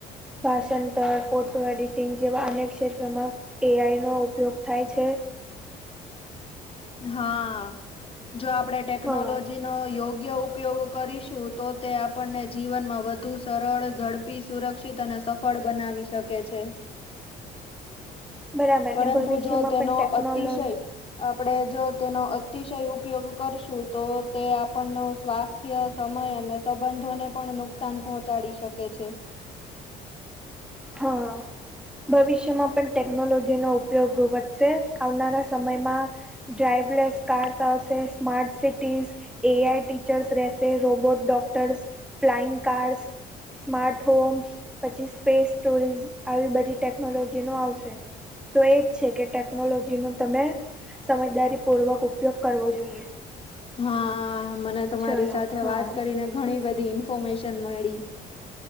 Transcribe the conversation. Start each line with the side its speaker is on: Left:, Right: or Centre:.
Centre: ભાષાંતર ફોટો એડિટિંગ જેવા અ અને્યક ક્ષેત્રોમાં એ આઈનોો ઉપયોગ થાય છે
Left: હા જો આપડે ટેકનોલોજી
Centre: હા
Left: નો યોગ્ય ઉપયોગ કરીશું તો તે આપણને જીવનમાં વધુ સરળ ઝડપી સુરક્ષિત અને સફળ બનાવીશ શકે છે
Centre: બરાબર
Left: પરંતુ
Centre: ને ભવિષ્યમાં
Left: જો તેનો
Centre: પણ ટેકનોલો
Left: અતિશય આપણે જો તેનો અતિશય ઉપયોગ કરશું તો તે આપણ ન સ્વાસ્થ સમય અને સંબંધોને પણ નુકસાન પહોંચાડી શકે છે
Centre: હા ભવિષ્યમાં પણ ટેકનોલોજીનોો ઉપયોગ વધશે આવનારા સમયમાં ડ્રાઈવલેસ કાર્સ હાસે smart cities A I teachers રહેશે robot doctors flying cars smart homes પછી સ્પેસ સ્ટોરિઝ આવી બધી ટેકનોલોજી નો આવશે તો એ છે ટેકનોલોજીનો તમે સમજદારીપૂર્વક ઉપયોગ કરવો જોઈએ
Left: હા મને તમારી
Centre: ચલો
Left: સાથે
Centre: હા
Left: વાત કરીને ઘણી બધી ઇન્ફોર્મેશન મળી